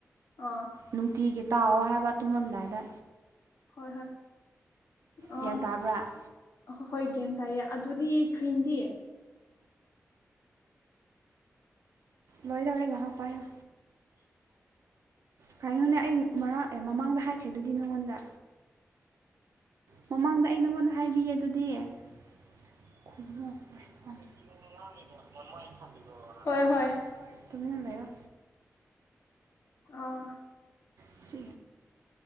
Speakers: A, on the left; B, on the right.
A: ꯑꯥ
B: ꯅꯨꯡꯇꯤꯒꯤ ꯇꯥꯛꯑꯣ ꯍꯥꯏꯕ ꯇꯨꯝꯔꯝꯗꯥꯏꯗ
A: ꯍꯣꯏ ꯍꯣꯏ ꯑ
B: ꯒ꯭ꯌꯥꯟ ꯇꯥꯕ꯭ꯔꯥ
A: ꯑ ꯍꯣꯏ ꯍꯣꯏ ꯒ꯭ꯌꯥꯟ ꯇꯥꯏꯌꯦ ꯑꯗꯨꯗꯤ ꯀ꯭ꯔꯤꯝꯗꯤ
B: ꯂꯣꯏꯗꯧꯔꯦꯥ ꯉꯥꯍꯥꯛ ꯄꯥꯏꯌꯣ ꯀꯅꯣꯅꯦ ꯑꯩ ꯃꯔꯥꯛ ꯑꯦ ꯃꯃꯥꯡꯗ ꯍꯥꯏꯈ꯭ꯔꯤꯗꯨꯗꯤ ꯅꯪꯉꯣꯟꯗ ꯃꯃꯥꯡꯗ ꯑꯩ ꯅꯪꯉꯣꯟꯗ ꯍꯥꯏꯕꯤꯌꯦ ꯑꯗꯨꯗꯤ <unintelligible>
A: ꯍꯣꯏ ꯍꯣꯏ
B: ꯇꯨꯃꯤꯟꯅ ꯂꯩꯌꯣ
A: ꯑꯥ
B: ꯁꯤ